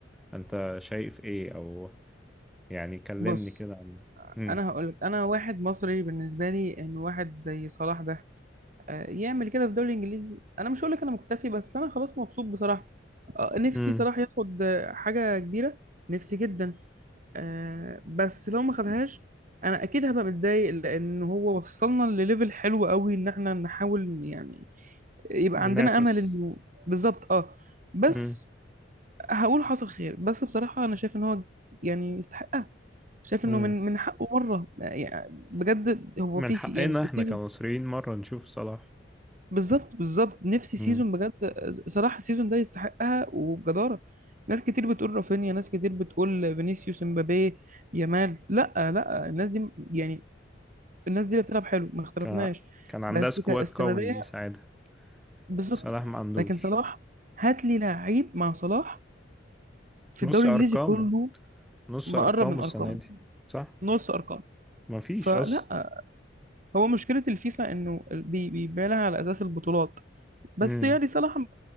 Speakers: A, in the centre; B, on the right (about 45°).
A: انت شايف ايه او يعني كلمني
B: بص
A: كده عن امم
B: انا هقولك انا واحد مصري بالنسبه لي ان واحد زي صلاح ده آه، يعمل كده في الدوري الانجليزي انا مش هقولك انا مكتفي بس انا خلاص مبسوط بصراحه آه، نفسي
A: امم
B: صلاح ياخد آه، حاجه كبيره نفسي جدا آه، بس لو ما خدهاش انا اكيد هبقى متضايق لان هو وصلنا لليفل حلو قوي ان احنا نحاول يعني يبقى
A: ننافس
B: عندنا امل انه بالظبط اه بس
A: امم
B: هقول حصل خير بس بصراحه انا شايف ان هو يعني يستحق شايف
A: امم
B: انه من من حقه مره يعني بجد هو
A: من
B: في
A: حقنا
B: سي يعني
A: احنا
B: سيزون
A: كمصريين مرة نشوف صلاح
B: بالظبط بالظبط نفسي
A: مم.
B: سيزون بجد صراحه السيزون ده يستحقها وبجداره ناس كتير بتقول رافينيا ناس كتير بتقول فينيسيوس امبابي يامال لا لا الناس دي يعني الناس دي اللي بتلعب حلو ما اختلفناش
A: كان كان عندها
B: بس
A: سكواد
B: كاستمراريه
A: قوي يساعدها
B: بالظبط
A: صلاح ما عندوش
B: لكن صلاح هات لي لعيب مع صلاح في
A: نص
B: الدوري
A: ارقامه
B: الانجليزي كله
A: نص
B: مقرب
A: ارقامه
B: من
A: السنه
B: ارقامه
A: دي صح
B: نص ارقامه
A: مفيش
B: فلا
A: اصلا
B: هو مشكلة الفيفا إنه بي- بيبقى لها على أساس البطولات بس
A: امم
B: يعني صلاح ما,